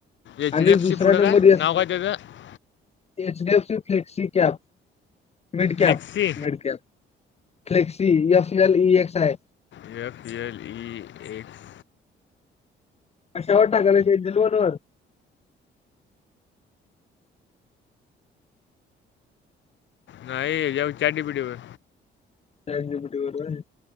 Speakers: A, on the left (about 70°); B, on the left (about 30°).
A: एच
B: आणि
A: डी एफ
B: दुसऱ्या
A: सी पुढं
B: नंबर
A: काय
B: अस.
A: नाव काय त्याचं
B: HDF C flexi cap midcap
A: flexi
B: midcap flexi F L E X आहे.
A: या पी एल ई एस
B: कशा वाटता करायची जलवणवर
A: नाही जाऊ चचाडी पिडीवर
B: बट बरोबर